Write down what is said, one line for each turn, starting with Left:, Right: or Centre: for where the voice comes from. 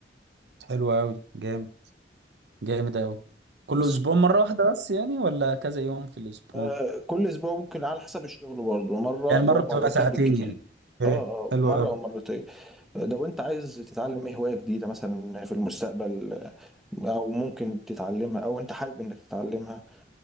Right: حلو أوي جامد جامد أوي كل
Centre: بس
Right: أسبوع مرة واحدة بس يعني ولا كذا يوم في الأسبوع؟
Centre: آه، كل أسبوع ممكن على حسب الشغل برضه مرة
Right: يعني مرة
Centre: أو
Right: بتبقى
Centre: مرتين
Right: ساعتين
Centre: بالكتير
Right: يعني ايه
Centre: اه اه
Right: حلو
Centre: مرة
Right: قوي
Centre: أو مرتين ده وأنت عايز تتعلم إيه هواية جديدة مثلا في المستقبل او ممكن تتعلمها او انت حابب انك تتعلمها